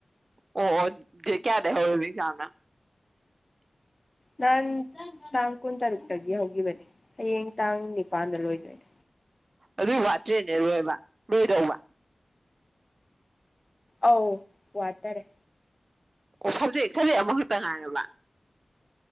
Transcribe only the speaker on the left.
ꯅꯍꯥꯟ ꯇꯥꯡ ꯀꯨꯟꯇꯔꯨꯛꯇꯒꯤ ꯍꯧꯈꯤꯕꯅꯦ ꯍꯌꯦꯡ ꯇꯥꯡ ꯅꯤꯄꯥꯟꯗ ꯂꯣꯏꯗꯣꯏꯅꯦ꯫
ꯑꯧ ꯋꯥꯠꯇꯔꯦ꯫